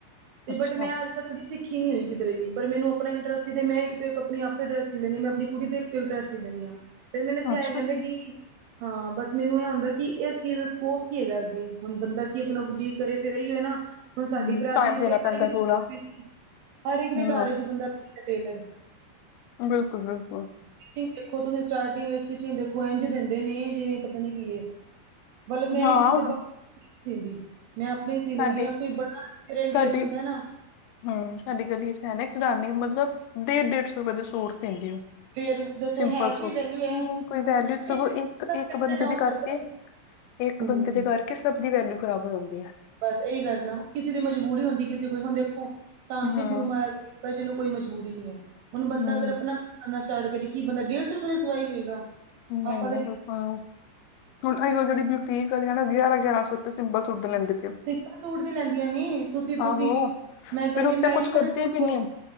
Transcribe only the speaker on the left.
ਅੱਛਾ
ਅੱਛਾ
ਜੀ
ਹੂੰ
ਟਾਈਮ
ਦੇਣਾ ਪੈਂਦਾ
ਪੂਰਾ
ਹੂੰ
ਬਿਲਕੁਲ-ਬਿਲਕੁਲ।
ਹਾਂ
ਸਾਡੇ
ਸਾਡੀ
ਹੂੰ ਸਾਡੀ ਗਲੀ ਚ ਹੈ ਨਾ ਇਕ ਜਨਾਨੀ ਮਤਲਬ ਡੇਢ-ਡੇਢ ਸੌ ਰੁਪਏ ਦੇ ਸੂਟ ਸੀਂਦੀ ਓ।
ਸਿੰਪਲ
ਸੂਟ,
ਕੋਈ ਵੈਲਿਊ ਸਗੋਂ
ਇੱਕ-ਇੱਕ ਬੰਦੇ
ਦੇ ਕਰਕੇ
ਇੱਕ
ਬੰਦੇ ਦੇ ਕਰਕੇ ਸਭ ਦੀ ਵੈਲਿਊ ਖ਼ਰਾਬ ਹੋ ਜਾਂਦੀ ਐ।
ਹੂੰ,
ਹੂੰ,
<unintelligible>
ਬਿਲਕੁਲ ਹੁਨ ਏਈਓ ਜੇੜੀ ਬਿਲ ਬੁਟੀਕ ਆਲੀਆਂ ਨਾ ਵੀ ਹਜ਼ਾਰ-ਹਜ਼ਾਰ ਰਪਈਆ ਸਿੰਪਲ ਸੂਟ ਦੇ ਲੈਂਦੀ ਪਈ ਓ।
ਆਹੋ,
ਫਿਰ ਉਤੇ
ਕੁਛ ਕਰਦੇ
ਵੀ ਨਈਂ।